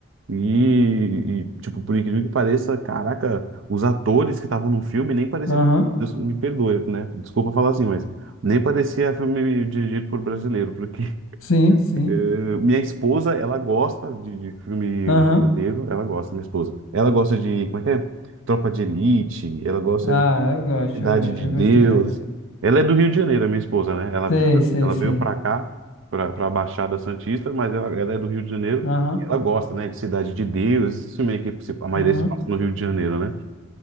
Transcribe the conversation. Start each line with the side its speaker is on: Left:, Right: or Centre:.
Right: E, e, tipo, por incrível que pareça, caraca, os atores que estavam no filme nem parecia.
Left: Aham.
Right: Deus me perdoe, né? Desculpa falar assim, mas nem parecia filme dirigido por brasileiro, porque
Left: Sim, sim.
Right: eu- Minha esposa, ela gosta de, de filme
Left: Aham.
Right: brasileiro, ela gosta, minha esposa. Ela gosta de, como é que é? Tropa de Elite, ela gosta
Left: Ah,
Right: de
Left: eu gosto,
Right: Cidade
Left: eu gosto,
Right: de
Left: eu
Right: Deus.
Left: gostei também.
Right: Ela é do Rio de Janeiro, a minha esposa, né? Ela,
Left: Sei, sei,
Right: ela
Left: sei.
Right: veio pra cá, pra, pra Baixada Santista, mas ela, ela é do Rio de Janeiro.
Left: Aham.
Right: Ela gosta, né, de Cidade de Deus, isso meio que se- a maioria
Left: Aham.
Right: se passa no Rio de Janeiro, né?